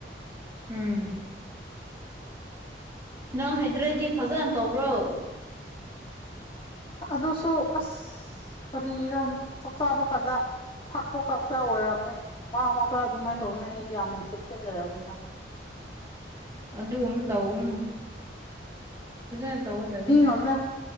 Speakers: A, on the right; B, on the left.
A: ꯎꯝ ꯅꯪ ꯍꯩꯇ꯭ꯔꯗꯤ ꯐꯖꯅ ꯇꯧꯕ꯭ꯔꯣ
B: ꯑꯗꯨꯁꯨ ꯑꯁ ꯀꯔꯤꯔ ꯆꯥꯛ ꯆꯥꯕ ꯀꯥꯟꯗ ꯊꯛꯄ ꯈꯛꯇ ꯑꯣꯏꯔꯛꯑꯝꯅꯤ ꯃꯥ ꯃꯥ ꯈꯔ ꯑꯗꯨꯃꯥꯏꯅ ꯇꯧꯅꯦ ꯑꯩ ꯌꯥꯝ ꯆꯦꯛꯁꯤꯟꯖꯔꯦ ꯍꯧꯖꯤꯛꯀ
A: ꯑꯗꯨꯒꯨꯝꯕ ꯇꯧꯅꯨ ꯐꯖꯅ ꯇꯧꯒꯗꯕꯅꯤ
B: ꯃꯤꯉꯣꯟꯗ